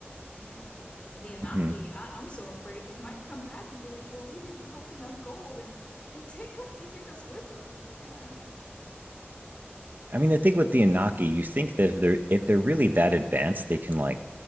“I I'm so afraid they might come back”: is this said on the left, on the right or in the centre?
Left